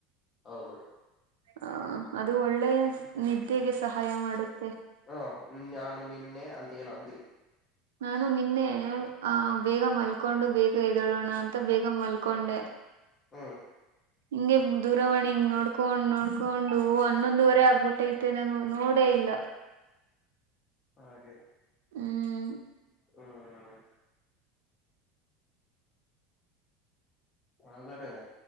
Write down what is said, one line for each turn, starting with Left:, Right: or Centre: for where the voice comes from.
Left: ಹೌದು.
Right: ಹ ಅದು ಒಳ್ಳೆ ನಿದ್ದೆಗೆ ಸಹಾಯ ಮಾಡುತ್ತೆ.
Left: ಹ ನಾನು ನಿನ್ನೆ ಅಂತ ಏನು ಅಂದ್ರಿ.
Right: ನಾನು ನಿನ್ನೆ ಆ ಬೇಗ ಮಲ್ಕೊಂಡು ಬೇಗ ಎದ್ದೆಲೊನಾ ಅಂತ ಬೇಗ ಮಲ್ಕೊಂಡೆ.
Left: ಹ್ಮ.
Right: ಹಿಂಗೆ ದೂರವಾಣಿ ಹಿಂಗ್ ನೋಡ್ಕೊಂಡ್ ನೋಡ್ಕೊಂಡು ಹನ್ನೊಂದುವರೆ ಆಗ್ಬಿಟ್ಟೈತೆ ನಾನು ನೋಡೇ ಇಲ್ಲ.
Left: ಹಾಗೆ.
Right: ಹ್ಮ್.
Left: ಹ್ಮ್. ಅದರಿ.